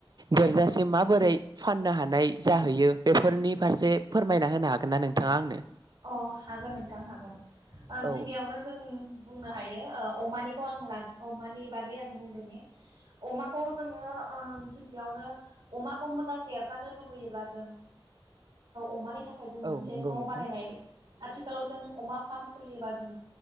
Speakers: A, on the right; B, on the right.
A: देरजासिम माबोरै फाननो हानाय जाहैयो बेफोरनि फारसे फोरमायना होनो हागोन ना नोंथाङा आंनो?
B: अ हागोन नोंथां हागोन
A: औ
B: गिबियावनो जों बुंनो हायो अमानिखौ आं ला अमानि बागै आं बुंग्रो ने अमाखौ जोङो गिबियावनो अमाखौ मोजां देरजानो लुबैयोब्ला जों अमानि थाखाय ओमफ्राय जों
A: औ
B: मोनसे
A: नंगौ
B: न
A: नोंथां
B: बानायनाय आथिखालाव जों अमा फार्म खुलियोबा जों